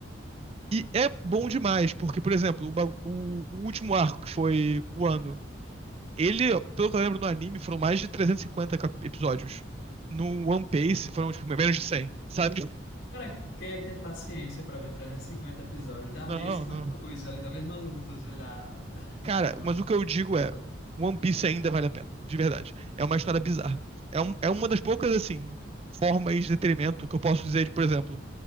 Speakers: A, on the right; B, on the left.
A: E é bom demais, porque, por exemplo, o, o- o último arco, que foi o ano, ele, pelo que eu lembro no anime, foram mais de 350 cap- episódios. No One Piece foram, tipo, menos de cem sabe?
B: Cara, quem é que tem paciência para ver 350 episódios da
A: Não,
B: mesma
A: não.
B: coisa ali, da mesma luta, sei lá. <laughs>
A: Cara,
B: Não,
A: mas o que eu digo
B: não
A: é,
B: dá.
A: One Piece ainda vale a pena, de verdade. É uma história bizarra. É, um- é uma das poucas, assim, formas de detrimento que eu posso dizer, de, por exemplo,